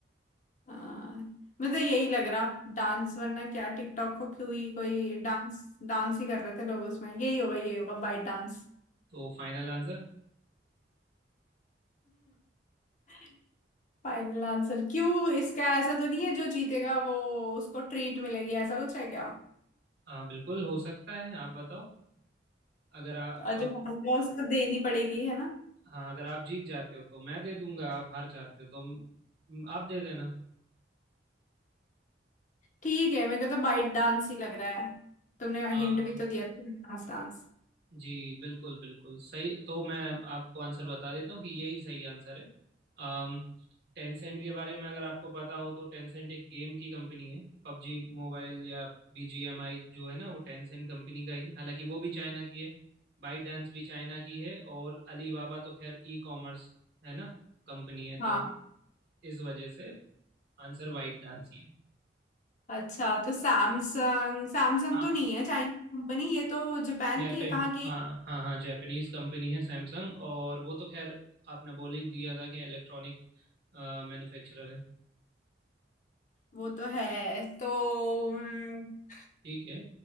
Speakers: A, on the left; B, on the right.
A: हाँ मैं तो यही लग रहा डांस वरना क्या टिकटॉक को क्यों ही कोई डांस डांस ही कर रहे थे लोग उसमें यही होगा यही होगा बाइट डांस
B: तो फाइनल आंसर
A: <laughs> फाइनल आंसर क्यों इसका ऐसा तो नहीं है जो जीतेगा वो उसको ट्रीट मिलेगी ऐसा कुछ है क्या
B: हाँ बिल्कुल हो सकता है आप बताओ अगर आप
A: और जो हारेगा उसको देनी पड़ेगी है ना
B: हाँ अगर आप जीत जाते हो तो मैं दे दूंगा आप हार जाते हो तो हम- आप दे देना
A: ठीक है मेरे को तो बाइट डांस ही लग रहा है तुमने
B: हाँ
A: हिंट भी तो दिया था डांस डांस
B: जी बिल्कुल बिल्कुल सही तो मैं आपको आंसर बता देता हूँ कि यही सही आंसर है अम टेंसेंट के बारे में अगर आपको पता हो तो टेंसेंट एक गेम की कंपनी है पबजी मोबाइल या बीजीएमआई जो है ना वो टेंसेंट कंपनी का ही है हालांकि वो भी चाइना की है बाईडांस भी चाइना की है और अलीबाबा तो खैर ई कॉमर्स है ना कंपनी है
A: हाँ
B: तो इस वजह से आंसर बाईडांस ही
A: अच्छा तो सैमसंग सैमसंग
B: है
A: तो नहीं है चाइनीज कंपनी ये तो जापान
B: जापान
A: की है कहाँ की
B: हाँ हाँ हाँ जापानीज कंपनी है सैमसंग और वो तो खैर आपने बोल ही दिया था कि इलेक्ट्रॉनिक मैन्युफैक्चरर है
A: वो तो है तो हम्म,
B: ठीक है